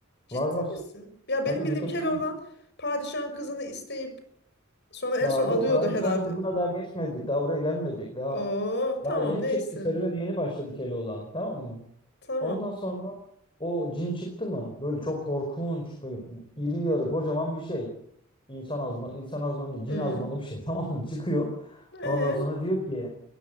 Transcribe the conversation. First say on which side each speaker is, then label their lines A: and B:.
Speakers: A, on the left; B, on the left.
A: Ciddi
B: Var var.
A: misin? Ya benim
B: Tabii
A: bildiğim
B: YouTube'dan
A: Keloğlan padişahın kızını isteyip sonra en
B: Daha
A: son alıyordu
B: dur padişahın
A: herhalde.
B: kızına daha geçmedik. Daha oraya gelmedik. Daha
A: Oo tamam
B: daha yeni
A: neyse.
B: çıktı. Serüvene yeni başladı Keloğlan. Tamam mı?
A: Tamam.
B: Ondan sonra o cin çıktı mı? Böyle çok korkunç. Böyle iri yarı kocaman bir şey. İnsan azman, insan azmanı değil. Cin
A: Hmm.
B: azmanı bir şey. <laughs> Tamam mı? Çıkıyor. Ondan
A: Ee,
B: sonra diyor ki